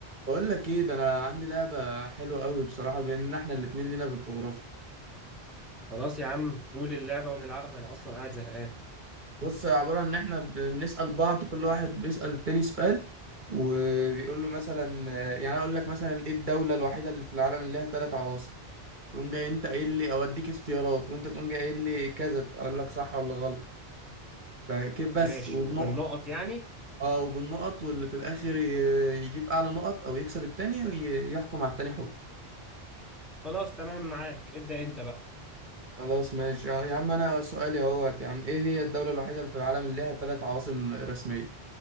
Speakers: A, on the right (about 50°); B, in the centre.
A: بقول لك ايه ده انا عندي لعبه حلوه قوي بصراحه بما ان احنا الاتنين لينا في الجغرافيا
B: خلاص يا عم قول اللعبة ونلعبها أنا أصلا قاعد زهقان
A: بص هي عباره عن ان احنا ب- بنسال بعض كل واحد بيسال التاني سؤال وبيقول له مثلا يعني انا اقول لك مثلا ايه الدوله الوحيده اللي في العالم اللي ليها ثلاث عواصم تقوم جاي انت قايل لي اوديك اختيارات وانت تقوم جاي قايل لي كذا اقول لك صح ولا غلط فكيف
B: ماشي
A: بس وبنقط
B: وبالنقط يعني
A: اه وبالنقط واللي في الاخر ي- يجيب اعلى نقط او يكسب التاني وي- يحكم على التاني حكم
B: خلاص تمام معاك ابدأ أنت بقى
A: خلاص ماشي آه، يا عم انا سؤالي اهوت يا عم ايه هي الدولة الوحيدة اللي في العالم اللي لها ثلاث عواصم رسمية